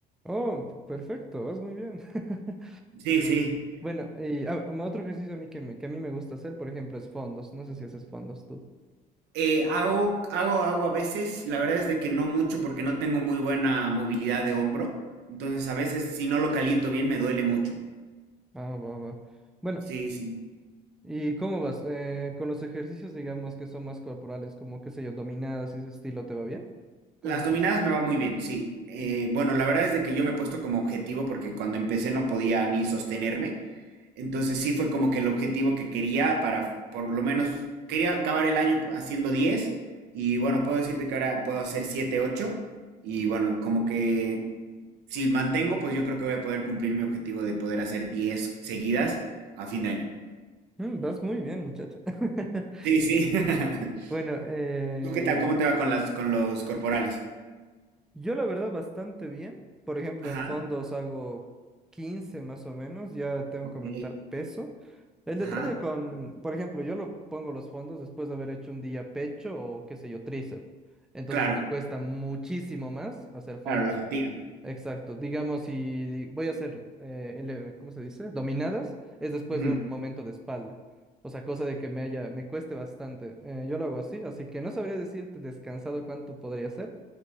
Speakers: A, in the centre; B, on the right (about 80°).
A: Oh, p- perfecto, vas muy bien. <laughs>
B: Sí, sí.
A: Bueno, y ah, um, otro ejercicio a mí que, me- que a mí me gusta hacer, por ejemplo, es fondos. No sé si haces fondos tú.
B: Eh, hago, hago, hago a veces, la verdad es de que no mucho porque no tengo muy buena movilidad de hombro, entonces a veces si no lo caliento bien me duele mucho.
A: Ah, va, va. Bueno,
B: Sí, sí.
A: ¿Y cómo vas? Eh, con los ejercicios, digamos, que son más corporales, como, qué sé yo, dominadas y ese estilo, ¿te va bien? ¿Cómo
B: Las
A: estás?
B: dominadas me va muy bien, sí. Eh, bueno, la verdad es de que yo me he puesto como objetivo porque cuando empecé no podía ni sostenerme, entonces sí fue como que el objetivo que quería para, por lo menos, quería acabar el año haciendo 10 y bueno, puedo decirte que ahora puedo hacer 7 8 y bueno, como que si mantengo, pues yo creo que voy a poder cumplir mi objetivo de poder hacer 10 seguidas a fin de año.
A: Mm, vas muy bien, muchacho. <laughs>
B: Sí, sí. <laughs>
A: Bueno, eh,
B: ¿Tú qué tal? ¿Cómo te va con las, con los corporales?
A: yo la verdad bastante bien. Por ejemplo,
B: Ajá.
A: en fondos hago 15 más o menos, ya tengo
B: Ok.
A: que comentar peso. El detalle
B: Ajá.
A: con, por ejemplo, yo lo pongo los fondos después de haber hecho un día pecho o qué sé yo, tríceps. Entonces
B: Claro,
A: me cuesta muchísimo más hacer fondos.
B: claro, la fatiga.
A: Exacto, digamos, si voy a hacer, eh, ele- ¿cómo se dice? Dominadas, es después
B: Ujú,
A: de un momento de espalda. O sea, cosa de que me haya, me cueste bastante. Eh, yo lo hago así, así que no sabría decirte descansado cuánto podría ser,